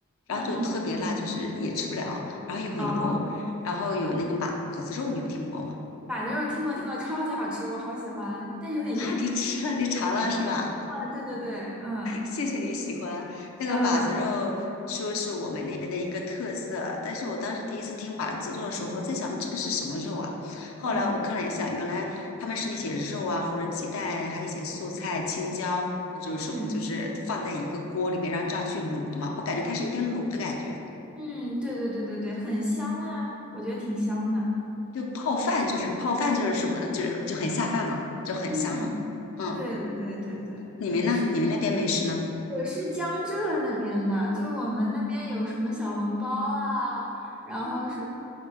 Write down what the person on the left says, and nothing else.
然后就特别辣，
就是也吃不了，然后又很油，
然后有那个马马子肉，你有听过吗？
<laughs>
那你吃了，你尝了是吧？
谢谢你喜欢那个把子肉，
说是我们那边的一个特色啊。但是我当时第一次听把子肉的时候，我在想这个是什么肉啊？后来我看了一下，
原来他们是那些肉啊，或者鸡蛋，还有一些素菜、青椒，就是说就是放在一个锅里面，
然后这样去卤的嘛。我感觉它是有点卤的感觉，
就泡饭，就是泡饭就是什么呢就是就很下饭嘛，就很香嘛。
嗯，
你们呢？
你们那边美食呢？